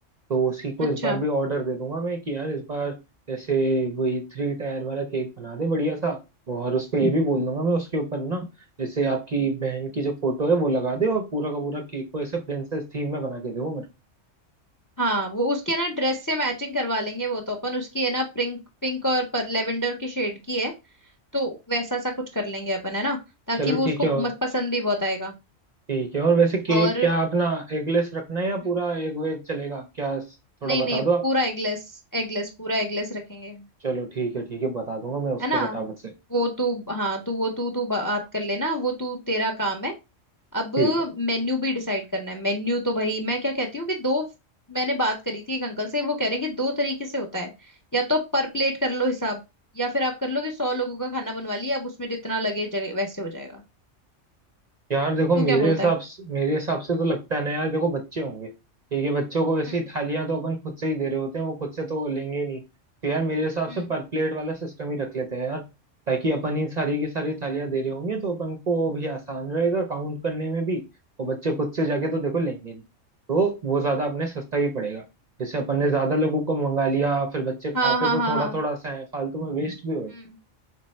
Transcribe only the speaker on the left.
अच्छा
हाँ वो उसके ना ड्रेस से मैचिंग करवा लेंगे वो तो अपन उसकी है ना पिंक पिंक और पर लेवेंडर की शेड की है तो वैसा सा कुछ कर लेंगे अपन है ना ताकि
वो
उसको
मस- पसंद भी बहुत आएगा
और
हम्म,
नहीं
नहीं
पूरा एगलेस एगलेस पूरा एगलेस रखेंगे
है ना
वो तू हाँ तू वो तू तू बात कर लेना वो तू तेरा काम है अब
मेन्यू भी डिसाइड करना है मेन्यू तो भाई मैं क्या कहती हूँ कि दो मैंने बात करी थी एक अंकल से वो कह रहे हैं कि दो तरीके से होता है या तो पर प्लेट कर लो हिसाब या फिर आप कर लो कि सौ लोगों का खाना बनवा लिया अब उसमें जितना लगे जगह वैसे हो जाएगा
तो
क्या बोलता
है
हम्म
हम्म
हाँ हाँ
हाँ
हाँ
हम्म